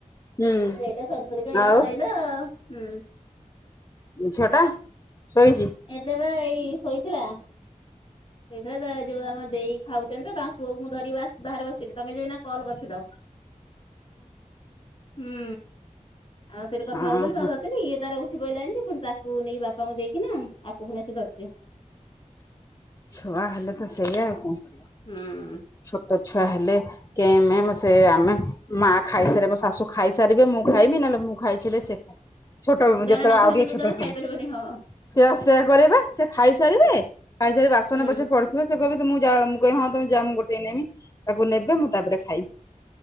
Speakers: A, on the left; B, on the left.
A: ହୁଁ
B: ସେଇଟା ସରୁସରୁ କା ଏଇନା
A: ଆଉ
B: ସଇଲା ହୁଁ।
A: ଝିଅ ଟା। ଶୋଇଚି।
B: ଏଇଟା ପା ଏଇ ଶୋଇଥିଲା ଶୋଇଥିଲା ତା ଏ ଯୋଉ ଆମ ଦେଇ ଖାଉଛନ୍ତି ତ ତା ପୁଅକୁ ମୁଁ ଧରି ବାସ୍ ବାହାରେ ବସିଥିଲି ତମେ ଯୋଉ ଏଇନା କଲ କରିଥିଲ। ହୁଁ ଆଉ ସେଠି କଥା
A: ଓହୋ
B: ହୋଉଥିଲି ତାକୁ ଧରିଥିଲି। ଇଏ ତାର ଉଠି ପଇଲା ଯେମିତି ଫୁଣି ତାକୁ ପୁଅକୁ ନେଇକି ବାପାଙ୍କୁ ଦେଇକିନା ଆକୁ ଫୁଣି ଆସି ଧରିଛି।
A: ଛୁଆ ହେଲେ ତ ସେଇଆ ଆଉ କଣ।
B: ହୁଁ।
A: ଛୋଟ ଛୁଆ ହେଲେ କେମେମ୍ ସେ ଆମେ ମା ଖାଇସାରି ମୋ ଶାଶୁ ଖାଇ ସାରିବେ ମୁଁ ଖାଇବି। ନହେଲେ ମୁଁ ଖାଇ ସାଇଲେ ସେ ଛୋଟ ଉଁ
B: ଜଣେ
A: ଯେତେବେଳେ
B: ନ
A: ଆଉ
B: ଧଇଲେ
A: ଟିକେ
B: ଦି
A: ଛୋଟ
B: ଜଣ ଖାଇପାରିବେନି
A: ଥିଲି।
B: ହଁ
A: ସିଏ ବା ସେୟା କରିବେ। ସେ ଖାଇସାରିବେ ଖାଇସାରିକି ବାସନ
B: ହୁଁ
A: ପଛେ ପ ସେ କହିବେଁ ମୁଁ ଯା ମୁଁ କହିବି ହଁ ତମେ ଯା ମୁଁ ଗୋଟେ ନେମି। ତାକୁ ନେବେ ମୁଁ ତାପରେ ଖାଇବି।